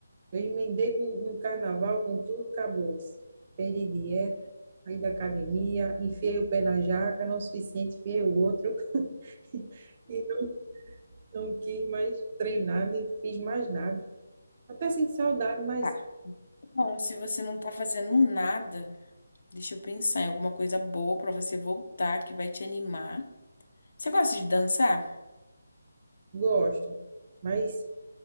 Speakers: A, on the right; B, on the left.
A: eu emendei com, com o carnaval, com tudo, acabou-se. Perdi dieta, saí da academia, enfiei o pé na jaca, não é o suficiente, enfiei o outro <laughs> e não, não quis mais treinar, nem fiz mais nada. Até sinto saudade, mas
B: Tá. Bom, se você não tá fazendo nada, deixa eu pensar em alguma coisa boa pra você voltar que vai te animar. Você gosta de dançar?
A: gosto. Mas